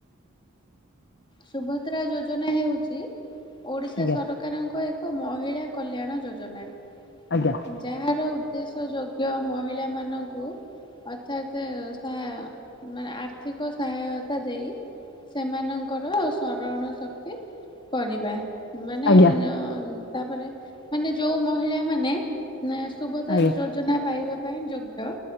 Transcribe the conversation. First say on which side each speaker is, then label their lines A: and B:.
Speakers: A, on the left; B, on the left.
A: ସୁଭଦ୍ରା ଯୋଜନା ହେଉଛି ଓଡିଶା
B: ଆଜ୍ଞା
A: ସରକାର ସରକାରଙ୍କ ଏକ ମହିଳା କଲ୍ୟାଣ ଯୋଜନା।
B: ଆଜ୍ଞା।
A: ଉଁ ଯାହାର ଉଦ୍ଦେଶ୍ୟ ଯୋଗ୍ୟ ମହିଳାମାନଙ୍କୁ ଅର୍ଥାତ ଆଁ ମା ଆର୍ଥିକ ସହାୟତା ଦେଇ ସେମାନଙ୍କର ସରଣ ଶକ୍ତି କରିବା ମାନେ
B: ଆଜ୍ଞା
A: ଉଁ ଆଁ ତାପରେ ମାନେ ଯୋଉ ମହିଳାମାନେ ନା ସୁଭଦ୍ରା
B: ଆଜ୍ଞା
A: ଯୋଜନା ପାଇବା ପାଇଁ ଯୋଗ୍ ୟ